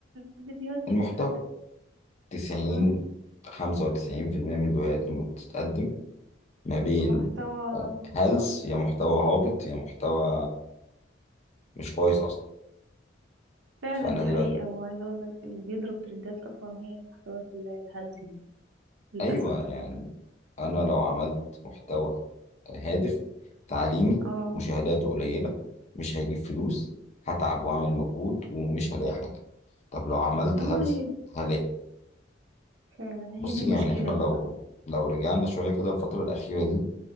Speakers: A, on the right; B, on the left.
A: الفيديوهات اللي
B: المحتوى
A: بتتقدم
B: 90
A: مم،
B: 95% من الفيديوهات اللي بتتقدم ما بين
A: محتوى
B: هلس
A: صح
B: يا محتوى هابط يا محتوى مش كويس اصلا
A: فعلا
B: فانا
A: دي
B: دلوقتي
A: حقيقة وعايزة اقول لك اللي بيضرب ترندات اصلا هي المحتويات ال- الهلسي دي للأسف
B: ايوه يعني انا لو عملت محتوى هادف تعليمي
A: اه
B: مشاهداته قليله مش هيجيب فلوس هتعب واعمل مجهود ومش هلاقي حاجه طب لو عملت
A: اه
B: هلس
A: هي دي
B: هلاقي
A: فعلا هي
B: بصي
A: دي المشكلة
B: يعني احنا لو
A: بقى
B: لو رجعنا شويه كده الفتره الاخيره دي